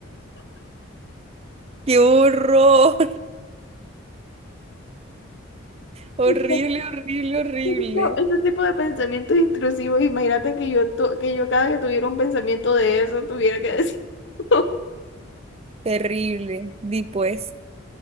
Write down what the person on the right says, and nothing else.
¡Qué horror! Horrible,
horrible, horrible.
Terrible. Di pues,